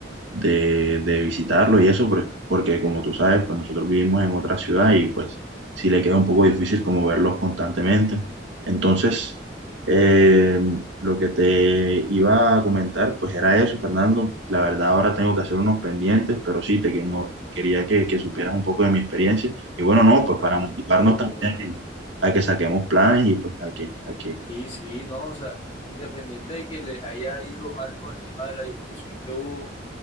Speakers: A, on the right (about 85°); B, on the left (about 30°).
A: de, de visitarlo y eso, por- porque como tú sabes, pues nosotros vivimos en otra ciudad y pues sí le queda un poco difícil como verlos constantemente. Entonces, eh, lo que te iba a comentar, pues era eso, Fernando. La verdad, ahora tengo que hacer unos pendientes, pero sí, te que- no- quería que, que
B: allá.
A: supieras un poco de mi experiencia. Y bueno, no, pues
B: Ah,
A: para motivarnos
B: pero
A: también
B: qué bueno.
A: a que, a que saquemos planes y pues a que, a que...
B: Sí, sí, no, o sea, independiente de que les haya ido mal con el tema de la discusión que hubo